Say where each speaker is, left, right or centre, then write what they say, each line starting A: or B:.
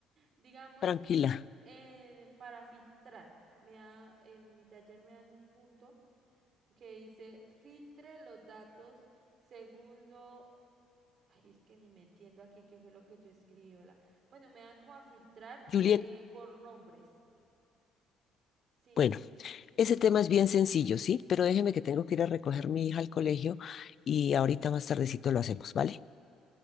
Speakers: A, on the right; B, on the left.
A: Digamos,
B: Tranquila.
A: eh, eh, para filtrar, me da, en mi taller me dan un punto que dice filtre los datos según lo, ay, es que ni me entiendo aquí qué fue lo que yo escribí, hola. Bueno, me dan como a filtrar
B: Juliet,
A: eh, por nombres. Sí,
B: bueno,
A: dime.
B: ese tema es bien sencillo, ¿sí? Pero déjeme que tengo que ir a recoger a mi hija al colegio y ahorita más tardecito lo hacemos, ¿vale?